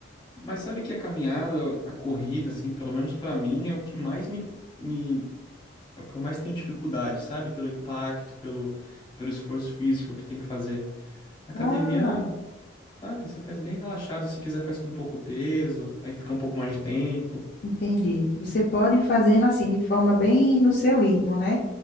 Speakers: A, on the left; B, on the left.
A: Mas sabe que a caminhada, a corrida, assim, pelo menos pra mim, é o que mais me, me é o que eu mais tenho dificuldade, sabe? Pelo impacto, pelo, pelo esforço físico que tem que fazer. Academia,
B: Ah,
A: sabe? Você faz bem relaxado, se quiser faz com pouco peso, aí fica um pouco mais de tempo.
B: entendi. Você pode ir fazendo assim, de forma bem no seu ritmo, né?